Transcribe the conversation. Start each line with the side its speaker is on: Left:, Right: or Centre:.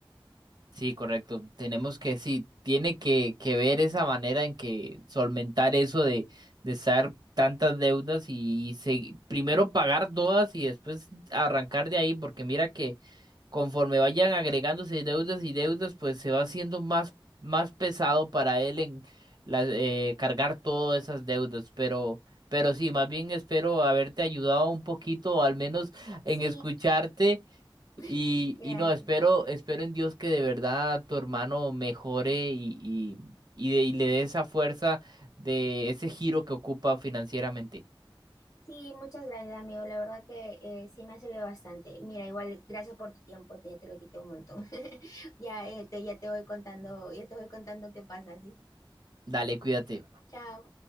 Right: Sí, correcto. Tenemos que, sí, tiene que, que ver esa manera en que solventar eso de, de estar tantas deudas y se, primero pagar todas y después arrancar de ahí, porque mira que conforme vayan agregándose deudas y deudas, pues se va haciendo más, más pesado para él en la- eh, cargar todas esas deudas. Pero, pero sí, más bien espero haberte ayudado un poquito, o al menos
Left: Sí,
Right: en escucharte
Left: <laughs>
Right: y,
Left: gracias.
Right: y no, espero, espero en Dios que de verdad tu hermano mejore y, y, y de- y le dé esa fuerza de ese giro que ocupa financieramente.
Left: Sí, muchas gracias, amigo. La verdad que eh, sí me ha servido bastante. Mira, igual, gracias por tu tiempo, te, ya te lo quité un montón. <laughs> Ya, eh, te, ya te voy contando, ya te voy contando qué pasa, ¿sí?
Right: Dale, cuídate.
Left: Chao.